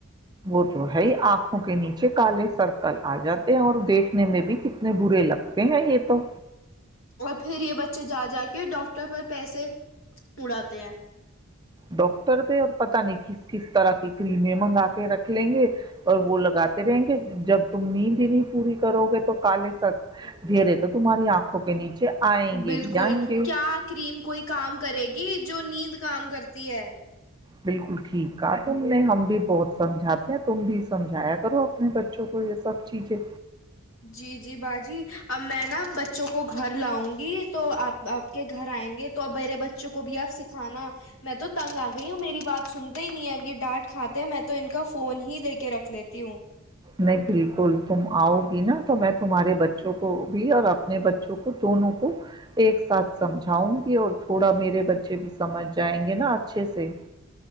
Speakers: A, on the right; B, on the left.
A: وہ تو ہے ہی آنکھوں کے نیچے کالے سرکل آ جاتے اور دیکھنے میں بھی کتنے برے لگتے ہیں یہ تو
B: اور پھر یہ بچے <unintelligible> اچھے جا جا کے ڈاکٹر پر پیسے اڑاات ہیں
A: ڈاکٹر بھیہ اور پتا نہیں کس کس طرح کی کریمیں منگا کے رکھ لیں گے اور وہ لگاتے رہیں گے جب تم نیند نہیں پوری کرو گے تو کالے س ڈھیرے تو تمہاری آنکھوں کے نیچے آئیں
B: بالکل
A: گے ہی آئیں گے
B: کیا کریم کوئی کام کرے گی جو جو نیند کام کرتی ہے
A: بالکل ٹھیک کہ تم نے ہم بھی بہت سمجھاتے ہیں تم بھی سمجھایا کرو اپنے بچوں کو یہ سب چیزیں
B: جی جی باجی اب میں نا بچوں کو کو گھر لاؤں گی تو آپ آپ کے گھر آئیں گے تو ا بیر بچوں <unintelligible> کو بھی آپ سکھانا میں تو تنگ آ گئی ہوں میری بات سنتے ہی نہیں ہے اب یہ ڈانٹ کھاتے ہیں میں تو ان کا فون ہی لے کے رکھ لیتی ہوں
A: نہیں بالکل تم آؤ گی نا تو میں تمہارے بچوں کو بھی اور اپنے بچوں کو دونوں کو ایک ساتھ سمجھاؤں گی اور تھوڑا میرے بچ اچھے بھی سمجھ جائیں گے نا اچھے سے